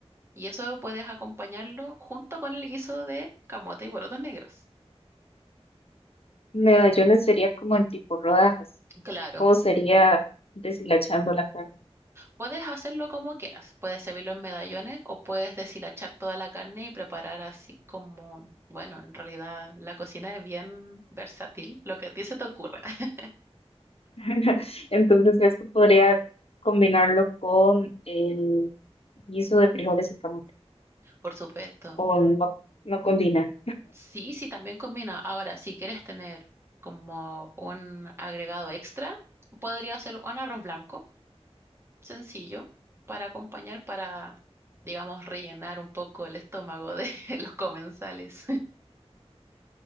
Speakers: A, on the right (about 25°); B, on the left (about 60°).
A: Y eso puedes acompañarlo junto con el guiso de camote y porotos negros.
B: Medallones sería como en tipo rodajas
A: Claro.
B: o sería deshilachando la carne.
A: Puedes hacerlo como quieras. Puedes servirlo en medallones o puedes deshilachar toda la carne y preparar así como, bueno, en realidad la cocina es bien versátil, lo que a ti se te ocurra, <laughs>
B: <laughs> Entonces esto podría combinarlo con el guiso de frijoles y camote
A: por supuesto.
B: o no, no combina.
A: Sí, sí, también combina. Ahora, si quieres tener como un agregado extra, podría ser un arroz blanco, sencillo, para acompañar, para, digamos, rellenar un poco el estómago de <laughs> los comensales.